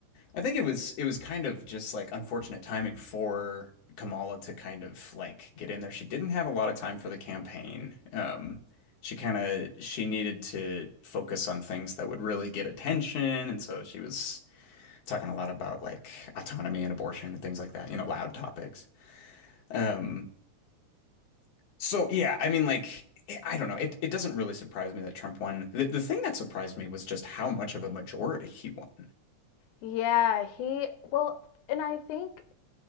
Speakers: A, on the left (about 60°); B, on the left (about 85°).
A: I think it was it was kind of just like unfortunate timing for Kamala to kind of like get in there. She didn't have a lot of time for the campaign. Um, she kind of she needed to focus on things that would really get attention, and so she was talking a lot about like autonomy and abortion and things like that, you know, loud topics. Um, so yeah, I mean like I don't know. It it doesn't really surprise me that Trump won. The, the thing that surprised me was just how much of a majority he won.
B: Yeah, he well, and I think